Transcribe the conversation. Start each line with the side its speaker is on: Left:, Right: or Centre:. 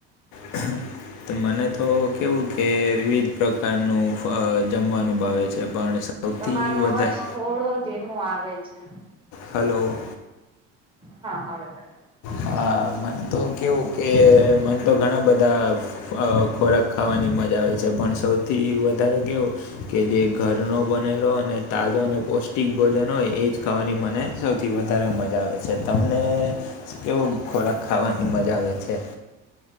Left: હા ત મને તો કેવું કે વિવિધ પ્રકારનું જમવાનું ભાવે છે. પણ સૌથી
Right: તમારો
Left: વધારે
Right: અવાજ થોડો ધીમો આવે છે.
Left: હાલો
Right: હા, હવે છે.
Left: હા, મન તો કેવું કે મન તો ઘણા બધા અ ખોરાક ખાવાની મજા આવે છે, પણ સૌથી વધારે કેવું કે જે ઘરનો બનેલો અને તાજો અને પૌષ્ટિક ભોજન હોય, એજ ખાવાની મને સૌથી વધારે મજા આવે છે. તમને કેવો ખોરાક ખાવાની મજા આવે છે?